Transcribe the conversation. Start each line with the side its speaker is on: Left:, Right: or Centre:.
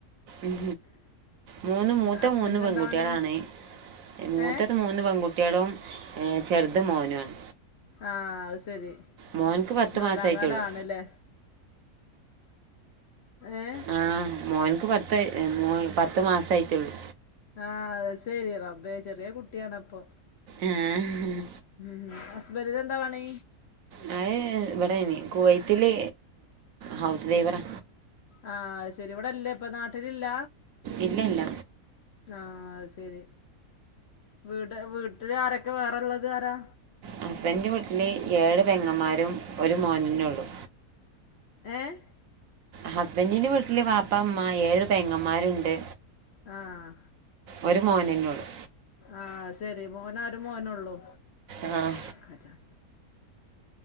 Right: ഉം മൂന്ന് മൂത്ത
Left: ഹസ്ബൻഡിന്
Right: മൂന്ന് പെൺകുട്ടികളാണ്
Left: എന്താ പണി
Right: മൂത്തത്
Left: ഏഹ്
Right: മൂന്ന് മൂന്ന് പെൺകുട്ടികളും ചെറുത് മോനുമാണ്
Left: ആഹ് അത് ശരി
Right: മോൻക്ക് പത്ത്
Left: നാലാംകാല
Right: മാസമായിട്ടുള്ളൂ
Left: ആണല്ലേ ഏഹ്
Right: ആഹ് മോഹൻക്ക് പത് പത്ത് പത്ത് മാസമായിട്ടുള്ളൂ
Left: ആഹ് ശെരി റബ്ബേ ചെറിയകുട്ടിയാണപ്പോ
Right: ആഹ്
Left: ഉം ഹസ് ബെന്റി നെന്താ പണി
Right: അത് ഇവിടെയിന് കുവൈത്തില് ഹൗസ് ഡ്രൈവറാ
Left: ആഹ് അത് ശരി ഇവിടെല്ലേ ഇപ്പ നാട്ടിലില്ല
Right: ഇല്ലല്ല
Left: ആഹ് അത് ശെരി വീട് വീട്ടില് ആരൊക്കെ വേറെള്ളത് ആരാ
Right: ഹസ്ബന്റിന്റെ വീട്ടില് ഏഴ് പെങ്ങമാരും ഒരു മോന് നും ഉള്ളു
Left: ഏഹ്
Right: ഹസ്ബന്റിന്റെ വീട്ടില് വാപ്പ ഉമ്മ ഏഴു പെങ്ങന്മാരുണ്ട്
Left: ആഹ്
Right: ഒരു മോനെന്നേ ഉള്ളു
Left: ആഹ് അത് ശെരി മോനാരും മോനെ ഉള്ളു
Right: ആഹ്
Left: <inaudible>